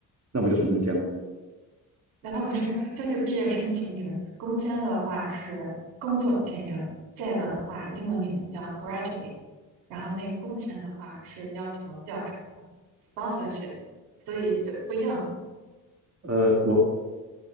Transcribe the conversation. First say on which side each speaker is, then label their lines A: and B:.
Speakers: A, on the right; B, on the right.
A: 那不就是工签吗？
B: 啊，不是，这是毕业生签证，工签的话是工作签证，这个的话英文名字叫 graduate，然后那个工签的话是要求第二什么 sponsorship，所以就不一样的。
A: 呃，我